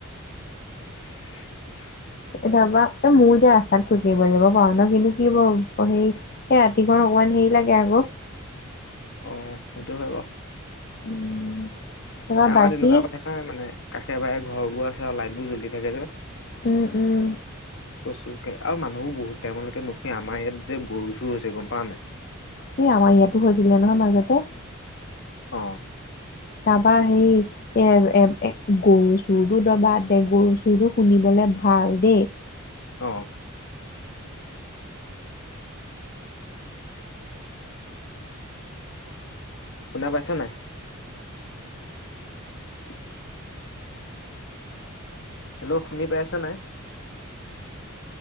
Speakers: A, on the left; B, on the left.
A: <unintelligible>
B: এ তাৰপা এ মোৰ এতিয়া ৰাস্তাত খোজকাঢ়িবলৈ যাব পাৰো ন' কিন্তু কি হব সেই এই ৰাতিকন অকমান হেৰি লাগে আকৌ।
A: অ, সেইটো হয় বাৰু।
B: উম, তাৰপৰা
A: আমাৰ
B: বাকী
A: তেনেকুৱা কথা নাই মানে কাষে বাহে ঘৰ বোৰ আছে আৰু লাইট বোৰ জ্বলি থাকে যে।
B: উম-উম।
A: কচু আৰু মানুহো বহুত টাইমলৈকেুে আমাৰ ইয়াত যে গৰু চৰু হৈছে গম পাৱ নাই।
B: এই আমাৰ ইয়াতো হৈছিলে নহয় মাজতে।
A: অ',
B: তাৰপা সেই এ এ এ গৰু চুৰটো এতিয়া বাদদে, গৰু চুৰটো শুনিবলৈ ভাল দেই।
A: অহ। শুনা পাইছা নাই? <inaudible> হেল্ল' শুনি পাইছা নাই?